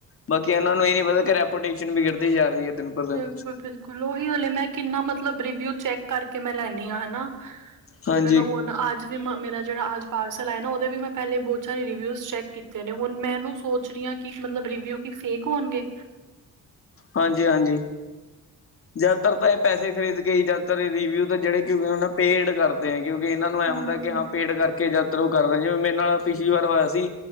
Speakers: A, on the left; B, on the right.
A: ਬਾਕੀ ਇਹਨਾਂ ਨੂੰ ਇਹ ਨੀ ਪਤਾ ਕਿ ਰੈਪੂਟੇਸ਼ਨ ਵੀ ਗਿਰਦੀ ਜਾ ਰਹੀ ਏ ਦਿਨ ਪਰ ਦਿਨ
B: ਬਿਲਕੁਲ ਬਿਲਕੁਲ ਉਹੀ ਹਲੇ ਮੈਂ ਕਿੰਨਾ ਮਤਲਬ ਰਿਵਿਊ ਚੈੱਕ ਕਰਕੇ ਮੈਂ ਲੈਨੀ ਹਾਂ ਹੈਨਾ
A: ਹਾਂਜੀ
B: ਜਦੋ ਮੈਂ ਹੁਨ ਅੱਜ ਬੀ ਮੇਰਾ ਜਿਹੜਾ ਅੱਜ ਪਾਰਸਲ ਆਯਾ ਨਾ ਉਹਦੇ ਵੀ ਮੈਂ ਪਹਿਲੇ ਬਹੁਤ ਸਾਰੇ ਰਿਵਿਊਜ਼ ਚੈਕ ਕੀਤੇ ਨੇ ਹੁਨ ਮੈਂਨੂੰ ਸੋਚ ਰਹੀ ਹਾਂ ਕਿ ਕੀ ਮਤਲਬ ਰਿਵਿਊ ਕੀ ਫੇਕ ਹੋਨਗੇ
A: ਹਾਂਜੀ, ਹਾਂਜੀ ਜਿਆਦਾਤਰ ਤਾਂ ਇਹ ਪੈਸੇ ਖ਼ਰੀਦ ਕੇ ਜਿਆਦਾਤਰ ਇਹ ਰਿਵਿਊ ਤਾ ਜਿਹੜੇ ਕਿਉਂਕਿ ਉਹ ਪੇੜ ਕਰ ਦੇ ਕਿਉਂਕਿ ਇਹਨਾਂ ਨੂੰ ਐਂ
B: ਹੂੰ।
A: ਹੁੰਦਾ ਕਿ ਹਾਂ ਪੇਡ ਕਰਕੇ ਯਾਤਰੂ ਕਰਦੇ ਜਿਵੇਂ ਮੇਰੇ ਨਾਲ ਪਿਛਲੀ ਵਾਰ ਹੋਇਆ ਸੀ